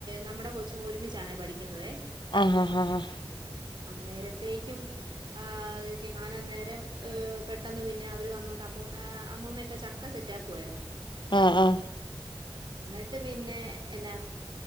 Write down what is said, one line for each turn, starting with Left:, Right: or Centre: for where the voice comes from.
Right: നമ്മുടെ കൊച്ചും ഒരുമിച്ചാണ് പഠിക്കുന്നുന്നത്
Left: ആഹ് ആഹ് ആഹ് ആഹ്
Right: നേരത്തേക്കും ആ ഞാൻ അന്നേരം പെട്ടെന്ന് പിന്നെ അവര് വന്നൊണ്ട് അമ്മ ഹ് അമ്മുമ്മയൊക്കെ ചക്ക സെറ്റാ ക്കുവായിരുന്നു
Left: ആഹ് ആഹ്
Right: എന്നിട്ട് പിന്നെ എന്നാ